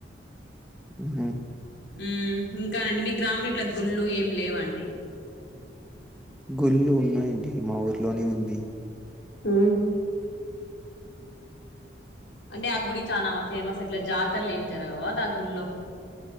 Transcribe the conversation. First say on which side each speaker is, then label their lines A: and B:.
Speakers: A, in the centre; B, on the left.
A: <unintelligible> ఉ హ
B: మ్మ్ ఇంకా అండి మీ గ్రామంలో ఇట్లా గుళ్ళు ఏమి లేవా అండి
A: గుళ్ళు ఉన్నాయండి మా ఊర్లోనే ఉంది
B: ఉనా అంటే ఆ గుడి చానా ఫేమస్ అట్లా జాతరలు ఏం జరగవా అద ఆ గుడిలో